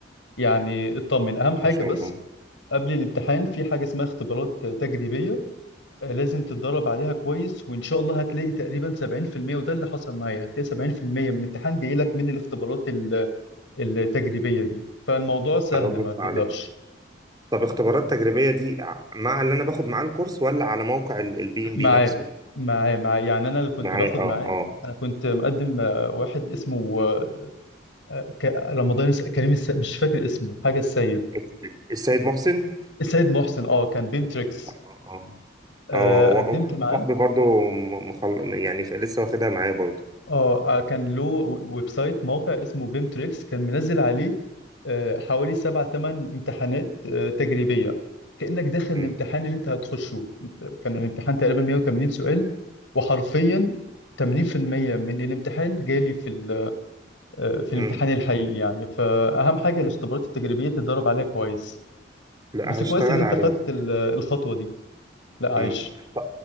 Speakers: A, on the left (about 85°); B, on the right (about 20°).
A: يعني اطمن اهم حاجه
B: ما شاء
A: بس
B: الله
A: قبل الامتحان في حاجه اسمها اختبارات تجريبيه آه، لازم تتدرب عليها كويس وان شاء الله هتلاقي تقريبا 70% وده اللي حصل معايا هتلاقي 70% من الامتحان جاي لك من الاختبارات ال- التجريبيه دي فالموضوع سهل
B: برافو
A: ما تقلقش
B: عليك طب اختبارات تجريبيه دي ع- مع اللي انا باخد معاه الكورس ولا على موقع البي ام
A: معاه
B: بي نفسه
A: معاه معاه يعني انا اللي كنت
B: معايا
A: باخد
B: اه
A: معاه
B: اه
A: انا كنت مقدم آه، واحد اسمه آه، ك- رمضان الس- كريم الس... مش فاكر اسمه حاجه السيد
B: الس- السيد محسن
A: السيد محسن اه كان بيمتريكس
B: اه اه
A: آه،
B: آه، و-
A: قدمت
B: واحد
A: معاه
B: صاحبي برضو م- مخل... يعني لسه واخدها معايا برضو
A: اه آه، كان له ويب سايت موقع اسمه بيم تريكس كان منزل عليه آه، حوالي سبع ثمان امتحانات آه، تجريبية كأنك داخل
B: مم.
A: الامتحان اللي انت هتخشه كان الامتحان تقريبا 180 سؤال وحرفيا 80% من الامتحان جالي في ال- آه، في الامتحان
B: مم.
A: الحقيقي يعني فأهم حاجة الاختبارات التجريبية تتدرب عليها كويس
B: لا
A: بس
B: هشتغل
A: كويس ان انت
B: عليها
A: خدت ال- الخطوة دي لا عايش
B: مم. ط-